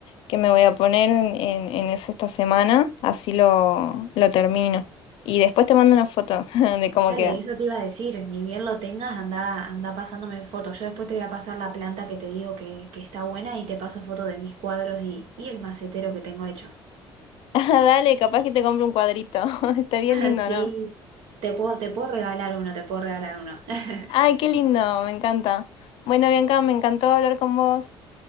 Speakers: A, on the left; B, on the right.
A: que me voy a poner en, en, en eso esta semana, así lo, lo termino. Y después te mando una foto <laughs> de cómo
B: Dale,
A: queda.
B: eso
A: <laughs>
B: te iba a decir, ni bien lo tengas, anda, anda pasándome fotos. Yo después te voy a pasar la planta que te digo que, que está buena y te paso fotos de mis cuadros y, y el macetero que tengo hecho.
A: Ah, dale, capaz que te compro un cuadrito, <laughs> estaría
B: <laughs>
A: lindo,
B: sí
A: ¿no?
B: te puedo, te puedo regalar uno, te puedo regalar uno. <laughs>
A: Ay, qué lindo, me encanta. Bueno, Bianca, me encantó hablar con vos,